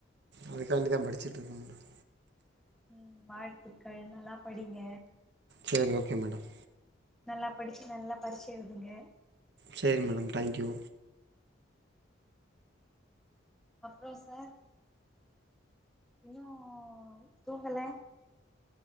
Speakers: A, on the right; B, in the centre.
A: அதுக்காண்டிதா படிச்சிட்ருக்கே மேடம்
B: ம் வாழ்த்துக்கள் நல்லா படிங்க
A: சேரி ஓகே மேடம்
B: நல்லா படிச்சு நல்லா பறிச்ச எழுதுங்க
A: சேரி மேடம் தேங்க் யூ
B: அப்றோ சார் இன்னு தூங்கல